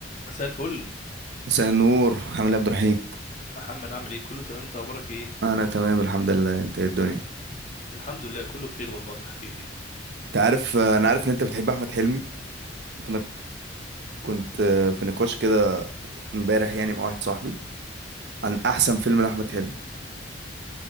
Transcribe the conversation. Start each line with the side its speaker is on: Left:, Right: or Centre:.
Left: مساء الفل
Right: مساء النور عامل ايه يا عبد الرحيم
Left: محمد عامل ايه كله تمام انت اخبارك ايه
Right: انا تمام الحمد لله انت ايه الدنيا
Left: الحمد لله كله بخير والله يا حبيبي
Right: انت عارف انا عارف ان انت بتحب احمد حلمي فانا كنت في نقاش كده امبارح يعني مع واحد صاحبي عن احسن فيلم لاحمد حلمي